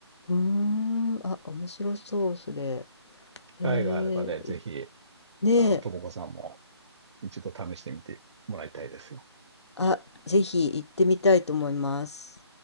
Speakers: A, on the left; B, on the right.
A: うーん、あ、面白そう、それ。へ
B: 機会があればね、
A: え、
B: ぜひ、
A: いねえ、
B: あの、ともこさんも一度試してみてもらいたいですよ。
A: あ、ぜひ行ってみたいと思います。